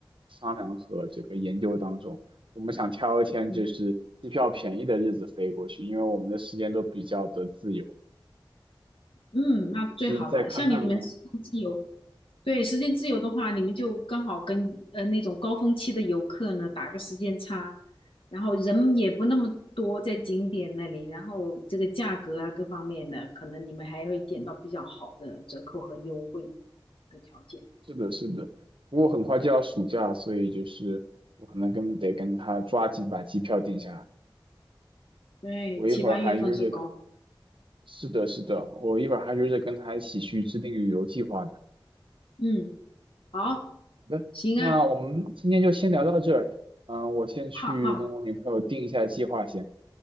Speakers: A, on the right; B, on the left.
A: 商量和这个研究当中。我们想挑一天就是机票便宜的日子飞过去，
B: 嗯
A: 因为我们的时间都比较的自由。
B: 嗯，那最好了。
A: 是再看看呢？
B: 像你们时间自由，对，时间自由的话，你们就刚好跟呃那种高峰期的游客呢打个时间差，然后人也不那么多在景点那里，然后这个价格啊各方面的，可能你们还会捡到比较好的折扣和优惠的条件。
A: 是的，是的。不过很快就要暑假，所以就是我可能跟得跟他抓紧把机票定下来。
B: 对，
A: 我一会儿还约着。
B: 七八月份是高，
A: 是的，是的，我一会儿还约着跟他一起去制定旅游计划呢。
B: 嗯，好，
A: 好的，
B: 行啊，
A: 那我们今天就先聊到这儿。嗯、我先去跟我女朋友定一下计划先，
B: 好好，